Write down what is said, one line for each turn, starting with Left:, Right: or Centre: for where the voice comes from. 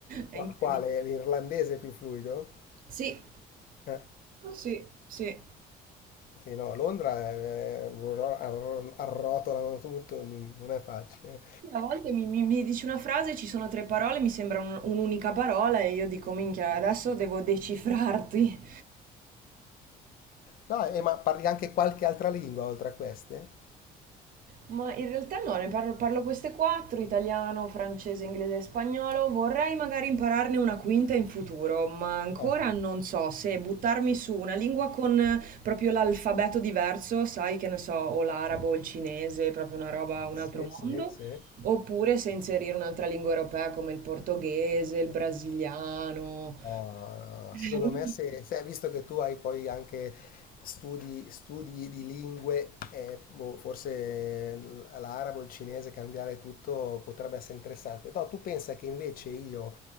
Left: Qua-
Right: è incredibile.
Left: quale? L'irlandese più fluido?
Right: Sì,
Left: Eh,
Right: sì, sì.
Left: Sì, no, a Londra eh, ro- arro- arrotolano tutto, n- non è facile.
Right: Sì, a volte mi, mi- mi dici una frase, ci sono tre parole, mi sembra un- un'unica parola e io dico, minchia, adesso devo decifrarti.
Left: No, e ma parli anche qualche altra lingua oltre a queste?
Right: Ma in realtà no, ne parlo, parlo queste quattro, italiano, francese, inglese e spagnolo. Vorrei magari impararne una quinta in futuro, ma ancora
Left: Ah,
Right: non so se buttarmi su una lingua con eh, proprio l'alfabeto diverso, sai che ne so, o l'arabo o il cinese, proprio una roba, un
Left: sì,
Right: altro
Left: sì,
Right: mondo,
Left: sì.
Right: oppure se inserire un'altra lingua europea come il portoghese, il brasiliano.
Left: No,
Right: <laughs>
Left: no, no.
Right: Eh,
Left: secondo
Right: non-
Left: me, se, se- visto che tu hai poi anche studi, studi di lingue, e boh, forse l- l'arabo, il cinese, cambiare tutto potrebbe essere interessante. No, tu pensa che invece io,